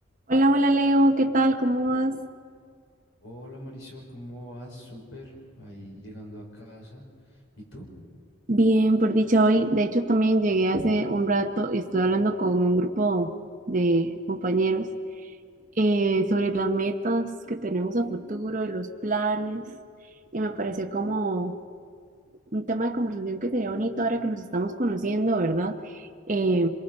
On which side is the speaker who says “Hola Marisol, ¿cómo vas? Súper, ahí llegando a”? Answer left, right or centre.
Left